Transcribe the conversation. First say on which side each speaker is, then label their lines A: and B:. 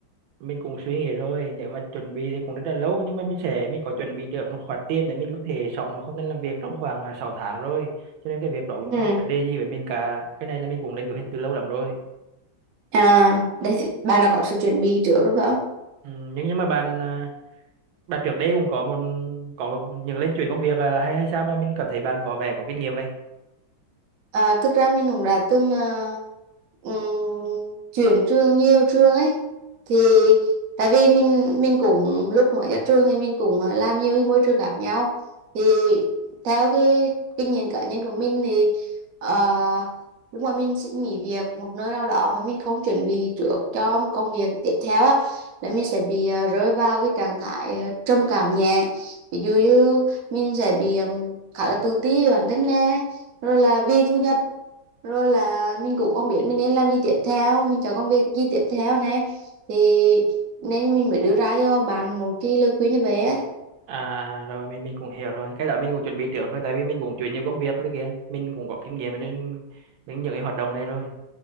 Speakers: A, on the right; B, on the right.
A: mình cũng suy nghĩ rồi nếu mà chuẩn bị thì cũng rất là lâu nhưng mà mình sẽ mình có chuẩn bị được một khoản tiền để mình có thể sống mà không cần làm việc trong khoảng à, 6 tháng rồi cho nên cái việc đó cũng
B: Ừ.
A: không có vấn đề gì với mình cả cái này là mình cũng lên kế hoạch từ lâu lắm rồi
B: à đấy thì bạn là có sự chuẩn bị trước đúng phải không
A: ừ, nhưng nhưng mà bạn à, bạn trước đây cũng có một có những lên chuyển công việc à, hay hay sao mà mình cảm thấy bạn có vẻ có kinh nghiệm vậy
B: À, thực ra mình cũng đã từng ờ, ừm, chuyển trường nhiều trường ấy thì tại vì mình mình cũng lúc mới ra trường thì mình cũng ờ, làm nhiều cái môi trường khác nhau thì theo cái kinh nghiệm cá nhân của mình thì ờ, lúc mà mình xin nghỉ việc một nơi nào đó mà mình không chuẩn bị trước cho một công việc tiếp theo á là mình sẽ bị ờ, rơi vào cái trạng thái ờ, trầm cảm nhẹ ví dụ như mình sẽ bị ừm, khá là tự ti về bản thân nè rồi là vì thu nhập rồi là mình cũng không biết mình nên làm gì tiếp theo mình chọn công việc gì tiếp theo nè thì nên mình mới đưa ra cho bạn một cái lời khuyên như vậy á
A: à à, rồi mình mình cũng hiểu rồi cái đó mình cũng chuẩn bị trước rồi tại vì mình cũng chuyển nhiều công việc rồi kìa mình cũng có kinh nghiệm nên mình những cái hoạt động này rồi